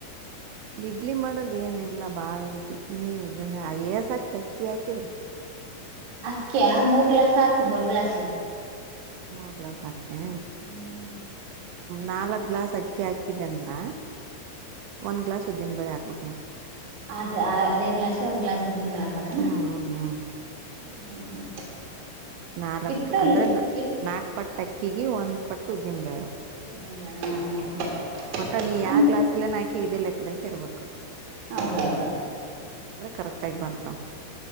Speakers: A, on the right; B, on the right.
A: ಇಡ್ಲಿ ಮಾಡೋದ್ ಏನ ಇಲ್ಲ ಬಾಳ ಈಸಿ ಇನ್ನ ಏಸಾಕ ಕ್ಕಿ ಹಾಕಿದ್ರೆ.
B: ಅಕ್ಯ ಮೂರ್ ಗ್ಲಾಸ್ ಹಾಕ್ ದೊಡ್ ಗ್ಲಾಸ್ಲಿ.
A: ಮೂರ್ ಗ್ಲಾಸ್ ಆಕ್ತೆೇ
B: ಹ್ಮ್
A: ನಾಲ್ಕ್ ಗ್ಲಾಸ್ ಅಕ್ಕಿ ಹಾಕಿದ್ದ ಅಂದ್ರ. ಒಂದ್ ಗ್ಲಾಸ್ ಉದ್ದಿನ ಬಳೆ ಹಾಕ್ಬೇಕೇಕ್ ಮ್
B: ಆದ್ರ ಅದೇ ಗ್ಲಾಸ್ಲಿ ಒಂದ್ ಗ್ಲಾಸ್ ಉದ್ದಿನಬೇಳೆ ಹಾಕ್ಬೇಕಾನ.
A: ಹ್ಮ್ ಹ್ಮ್ ಹ್ಮ್
B: <inaudible>
A: ನಾಲ್ಕ್
B: ಇಟ್ಟು
A: ಅಂದ್ರೆ ನ
B: ಇಟ್
A: ನಾಕ್ ಪಟ್ಟ ಅಕ್ಕಿಗೆ ಒಂದ್ ಪಟ್ಟು ಉದ್ದಿನಬೇಳೆ.
B: ಉದ್ದಿನ ಬೇಳೆ ಹ ಹ
A: ಮಟ್ಟ ನೀ ಯಾ
B: ಅಂದ್ರ
A: ಗ್ಲಾಸ್ ಇಲ್ಲನ ಹಾಕಿ ಇದೆ ಲೆಕ್ಕದಗ್ ಇರ್ಬೇಕು.
B: ಆಗಲ್ಲ.
A: ಕರೆಕ್ಟಾಗಿ ಬರ್ತಾವೆ.